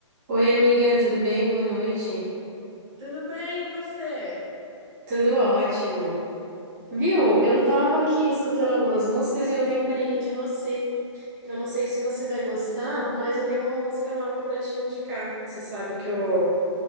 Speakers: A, on the right (about 35°); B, on the right (about 80°).
A: Oi, amiga, tudo bem? Boa noite.
B: Tudo bem, e você?
A: Tudo ótimo. Viu? Eu tava aqui escutando algumas músicas e eu lembrei de você, que eu não sei se você vai gostar, mas eu tenho uma música nova pra te indicar. Você sabe que eu